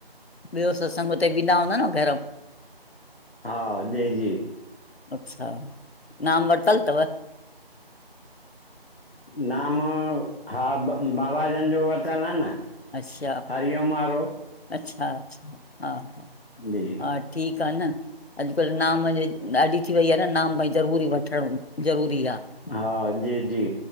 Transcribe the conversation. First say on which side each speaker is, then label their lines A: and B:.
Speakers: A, on the left (about 80°); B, on the left (about 70°).
A: ॿियो सत्संग उते वेंदा हूंदा न, घरऊ।
B: हा, जी जी
A: अच्छा, नाम वरतल तव?
B: नाम, हा बाबाजन जो वरितलु आ न
A: अच्छा
B: हरिओम, आरो
A: अच्छा अच्छा, हा हा
B: जी
A: हा ठीकु आ न, अॼुकल्ह नाम जे ॾाढी थी वई आ न, नाम भई ज़रूरी वठणो ज़रूरी आ।
B: हा जी जी